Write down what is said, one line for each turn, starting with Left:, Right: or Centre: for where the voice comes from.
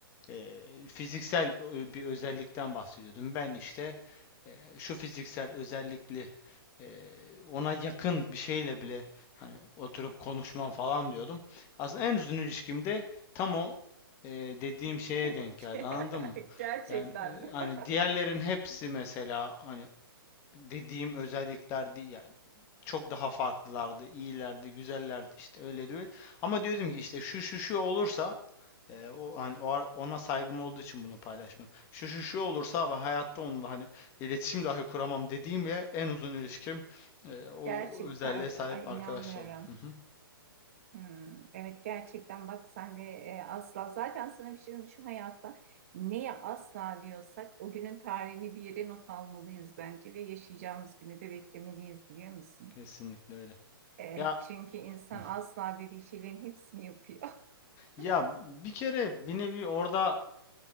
Left: e, fiziksel bir özellikten bahsediyordum. Ben işte e, şu fiziksel özellikli e, ona yakın bir şeyle bile hani oturup konuşmam falan diyordum. Aslında en uzun ilişkimde tam o e, dediğim şeye
Right: <laughs>
Left: denk geldi anladın mı?
Right: Gerçekten.
Left: Yani e, hani
Right: <laughs>
Left: diğerlerin hepsi mesela hani dediğim özellikler değil yani çok daha farklılardı, iyilerdi, güzellerdi işte öyle diyor. Ama diyordum ki işte şu şu şu olursa ee, o hani o ar- ona saygım olduğu için bunu paylaşmıyorum. Şu şu şu olursa ben hayatta onunla hani iletişim dahi kuramam dediğim ve en uzun ilişkim e, o
Right: Gerçekten
Left: özelliğe sahip
Right: mi? Ay
Left: arkadaşla
Right: inanmıyorum.
Left: oldu. Hı hı.
Right: Hmm, evet gerçekten bak sen de e, asla zaten sana bir şey diyeyim mi? şu hayatta neye asla diyorsak o günün tarihini bir yere not almalıyız bence ve yaşayacağımız günü de beklemeliyiz biliyor musun?
Left: Kesinlikle öyle.
Right: E,
Left: Ya
Right: çünkü insan
Left: Hı.
Right: asla dediği şeylerin hepsini yapıyor. <laughs>
Left: ya bir kere bir nevi orada